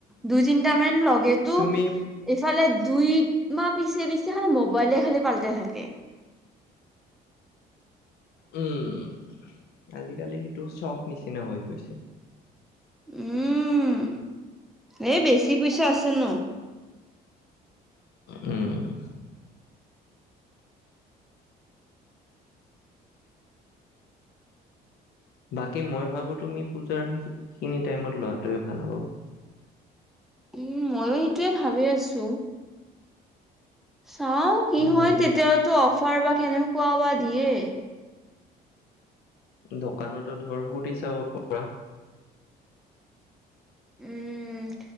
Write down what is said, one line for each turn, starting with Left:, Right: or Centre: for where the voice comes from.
Centre: দুই তিনটা মান লগ সেতু
Left: তুমি
Centre: এইফালে দুই মা পিছে পিছে খাল মোবাইলে খালি পালটে থাকে
Left: উম আজিকালি সেইটো চখ নিচিনা হৈ গৈছে
Centre: উম এই বেছি পইচা আছে ন
Left: উম বাকী মই ভাবোঁ তুমি পূজাৰ সখিনি টাইমত লোৱাটোৱে ভাল হ'ব
Centre: উম ময়ো সেইটোয়ে ভাবি আছো দিছো চাও কি
Left: উম।
Centre: হয় তেতিয়ো অফ ফাৰবা কেনেকুৱাবা দিয়ে
Left: দোকানতো ধৰ সুধি চাব পৰা
Centre: উম